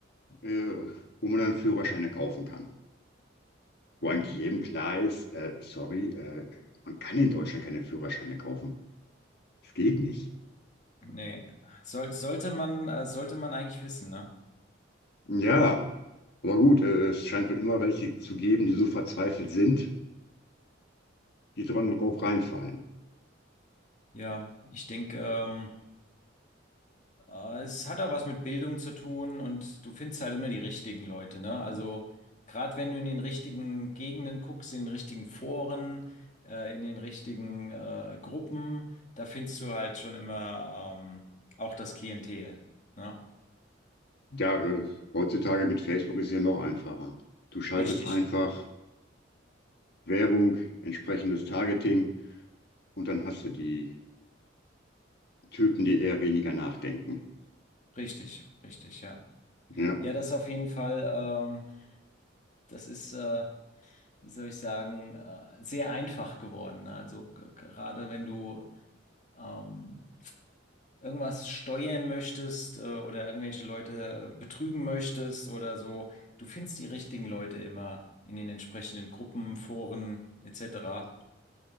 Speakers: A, on the left; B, on the left.
A: äh, wo man dann Führerscheine kaufen kann. Wo
B: Hm.
A: eigentlich jedem klar ist, äh, sorry, äh, man kann in Deutschland keine Führerscheine kaufen. Das geht nicht.
B: Nee. Soll, sollte man, äh, sollte man eigentlich wissen, ne?
A: Ja, Aber gut, äh, es scheint wohl immer welche zu geben, die so verzweifelt sind, die drauf reinfallen.
B: Ja, ich denke, ähm, äh, es hat auch was mit Bildung zu tun und du findest halt immer die richtigen Leute, ne? Also gerade wenn du in den richtigen Gegenden guckst, in den richtigen Foren, äh, in den richtigen äh, Gruppen, da findest du halt schon immer ähm, auch das Klientel, ne?
A: Da, äh, heutzutage mit Facebook ist ja noch einfacher. Du schaltest
B: Richtig.
A: einfach Werbung, entsprechendes Targeting und dann hast du die Typen, die eher weniger nachdenken.
B: Richtig, richtig, ja.
A: Ja,
B: Ja, das auf jeden Fall, ähm, das ist, äh, wie soll ich sagen, äh, sehr einfach geworden. Also g- gerade wenn du ähm, irgendwas steuern möchtest äh, oder irgendwelche Leute äh, betrügen möchtest oder so, du findest die richtigen Leute immer in den entsprechenden Gruppen, Foren etc.